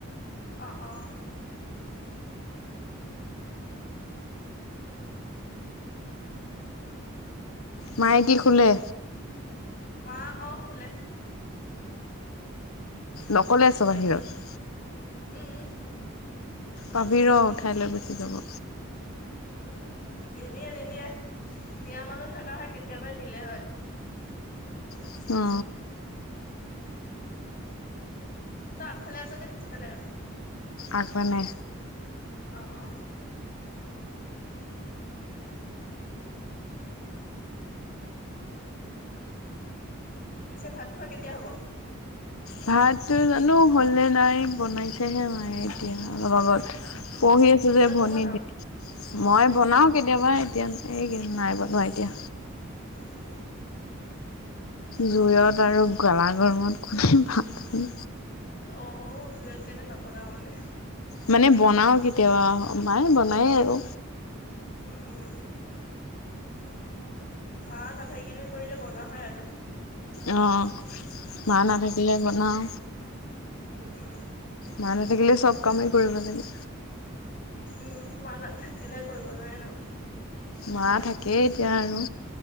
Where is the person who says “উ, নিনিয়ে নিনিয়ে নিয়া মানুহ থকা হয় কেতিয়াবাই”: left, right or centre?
Left